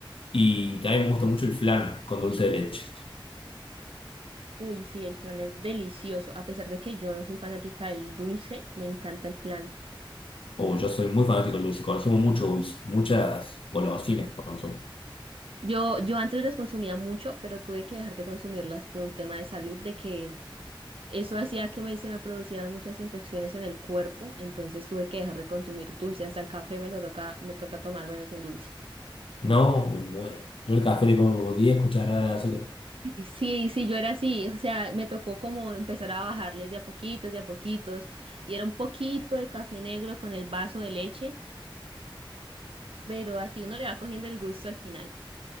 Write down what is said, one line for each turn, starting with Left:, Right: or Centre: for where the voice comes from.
Left: Y también me gusta mucho el flan con dulce de leche.
Right: Uy, sí, el flan es delicioso. A pesar de que yo no soy fanática del dulce, me encanta el flan.
Left: O yo soy muy fanático del dulce. Consumo mucho dulce. Muchas golosinas consumo.
Right: Yo, yo antes las consumía mucho, pero tuve que dejar de consumirlas por un tema de salud, de que eso hacía que me, se me producieran muchas infecciones en el cuerpo, entonces tuve que dejar de consumir dulce. Hasta el café me lo toca, me toca tomármelo sin dulce.
Left: No, me muero. Yo el café le pongo como 10 cucharadas de azúcar.
Right: Sí, sí, yo era así, o sea, me tocó como empezar a bajarle de a poquitos, de a poquitos, y era un poquito de café negro con el vaso de leche, pero así uno le va cogiendo el gusto al final.